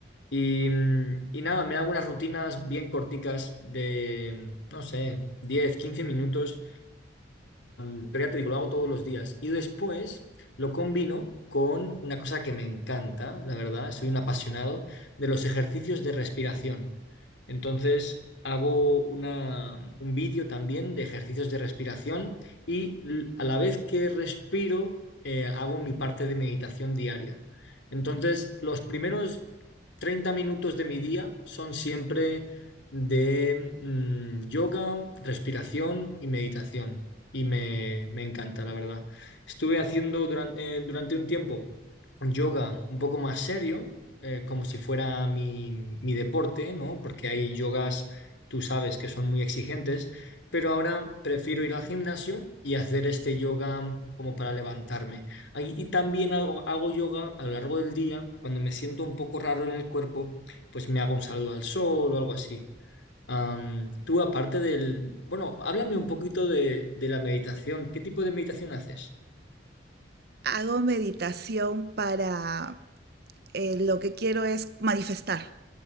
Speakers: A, on the left; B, on the right.
A: Y, mm, y nada, me hago unas rutinas bien corticas de, no sé, 10 15 minutos el, pero ya lo hago todos los días. Y después lo combino con una cosa que me encanta, la verdad, soy un apasionado de los ejercicios de respiración. Entonces, hago una, un vídeo también de ejercicios de respiración y l- a la vez que respiro, eh, hago mi parte de meditación diaria. Entonces, los primeros 30 minutos de mi día son siempre de mm, yoga, respiración y meditación y me, me encanta, la verdad. Estuve haciendo durante, eh, durante un tiempo yoga un poco más serio, eh, como si fuera mi, mi deporte, ¿no? Porque hay yogas, tú sabes, que son muy exigentes, pero ahora prefiero ir al gimnasio y hacer este yoga como para levantarme. Ay, Y también hago, hago yoga a lo largo del día, cuando me siento un poco raro en el cuerpo, pues me hago un saludo al sol o algo así. Am, tú, aparte del... Bueno, háblame un poquito de, de la meditación. ¿Qué tipo de meditación haces?
B: Hago meditación para eh, lo que quiero es manifestar,